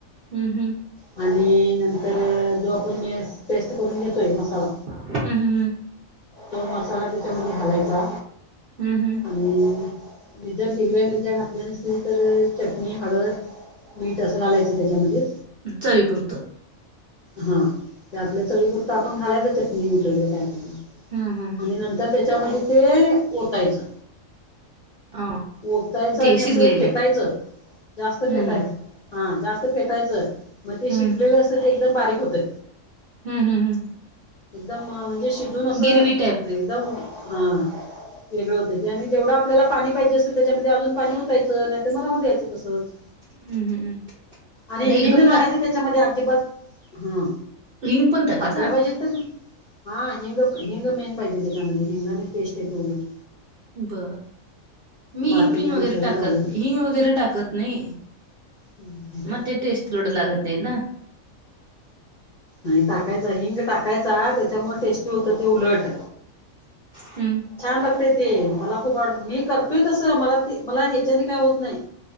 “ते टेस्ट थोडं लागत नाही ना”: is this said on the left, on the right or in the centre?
Right